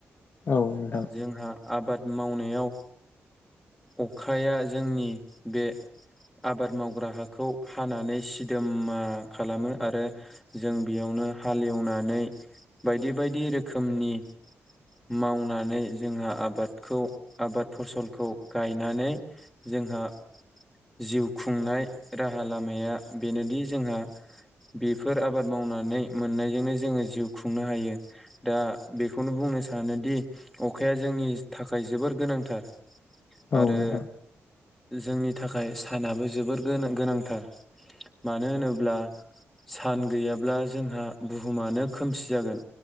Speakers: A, on the left; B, in the centre.
A: औ नोंथां
B: जोंहा आबाद मावनायाव अखाया जोंनि बे आबाद मावग्रा हाखौ हानानै सिदोमा खालामो आरो जों बेयावनो हालेवनानै बायदि बायदि रोखोमनि मावनानै जोंहा आबादखौ आबाद फसलखौ गायनानै जोंहा जिउ खुंनाय राहा लामाया बेनोदि जोंहा बेफोर आबाद मावनानै मोननायजोंनो जोङो जिउ खुंनो हायो दा बेखौनो बुंनो सानो। सानोदि अखाया जोंनि थाखाय जोबोर गोनांथार।
A: औ
B: आरो
A: नोंथां
B: जोंनि थाखाय सानाबो जोबोर गोनां गोनांथार मानो होनोब्ला सान गैयाब्ला जोंहा बुहुमानो खोमसि जागोन